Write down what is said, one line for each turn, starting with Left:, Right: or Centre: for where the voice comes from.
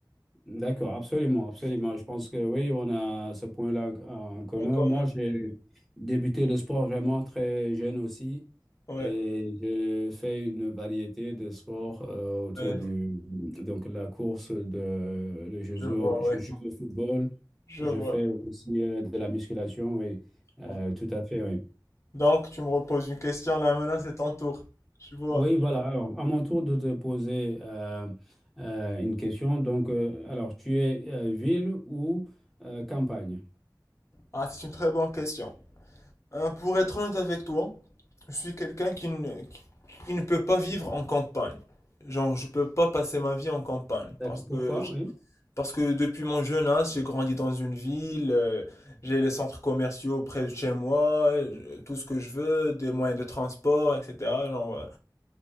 Centre: D'accord, absolument, absolument. Je pense que oui, on a ce point-là euh, en commun.
Left: Donc, euh,
Centre: Moi, j'ai débuté le sport vraiment très jeune aussi
Left: ouais,
Centre: et j'ai fait une variété de sports euh, autour
Left: ouais,
Centre: du, donc la course de, le- je
Left: je
Centre: joue,
Left: vois,
Centre: au- je
Left: ouais,
Centre: joue au football,
Left: je
Centre: je
Left: vois.
Centre: fais aussi euh, de la musculation, oui, Euh,
Left: ouais.
Centre: tout à fait, oui.
Left: Donc, tu me reposes une question, là maintenant, c'est ton tour. Je vois.
Centre: Oui, voilà. Alors, à mon tour de te poser euh, euh, une question. Donc, euh, alors, tu es euh, ville ou euh, campagne?
Left: Ah, c'est une très bonne question. Euh, pour être honnête avec toi, je suis quelqu'un qui ne, qui qui ne peut pas vivre en campagne. Genre, je peux pas passer ma vie en campagne
Centre: D'accord.
Left: parce que,
Centre: Pourquoi?
Left: je-
Centre: Oui.
Left: parce que depuis mon jeune âge, j'ai grandi dans une ville, euh, j'ai les centres commerciaux près de chez moi, euh, tout ce que je veux, des moyens de transport, etc. Genre, euh,